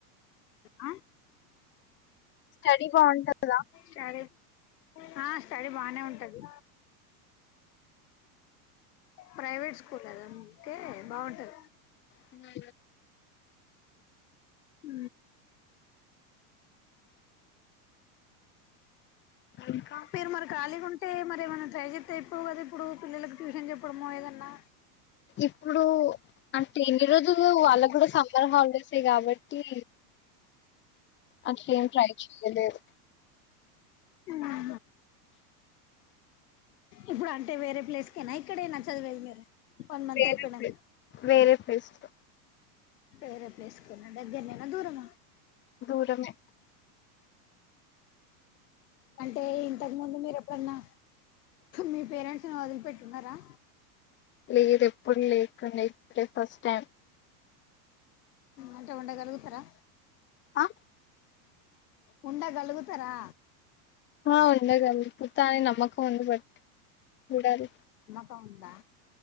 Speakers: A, on the left; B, on the left.
A: ఆ
B: స్టడీ బాగుంటది
A: సరే ఆ స్టడీ బానే ఉంటంది ప్రైవేట్ పూలలకే ఓకే బాగుంటుంది
B: ఆ
A: ఉ
B: ఇంకా
A: మీరు మరి ఖాళీ ఉంటే మరి ఏమైనా ట్రై చేస్తే ఇప్పుడు కదా ఇప్పుడు పిల్లలకు ట్యూషన్ చెప్పడమో ఏదన్నా
B: ఇప్పుడు అంటే ఎన్ని రోజులు వాళ్ళ కూడా సమ్మర్ హాలిడేస్ఏ కాబట్టి అట్లా ఏం ట్రై చేయలేదు
A: ఆ ఇప్పుడు అంటే వేరే ప్లేస్కేయినా ఇక్కడైనా చదివేది మీరు వన్ మంత్
B: వేరే
A: అయిపోయినాకా
B: ప్లేస్ వేరే ప్లేస్ లో
A: పేరే ప్లేసుకు దగ్గరనే దూరమా
B: దూరమే
A: అంటే ఇంతకు ముందు మీరు ఎ పుడన్నా మీ పేరెంట్స్ ను వదిలిపెట్టున్నరా
B: లేదు ఎప్పుడు లేకుండే ఇదే ఫస్ట్ టైం
A: అంటే ఉండగలుగుతరా
B: అ
A: ఉండగలుగుతరా
B: ఆ ఉండగలుగతా అనే నమ్మకం ఉంది బట్ ఉండాలి
A: తా ఉందా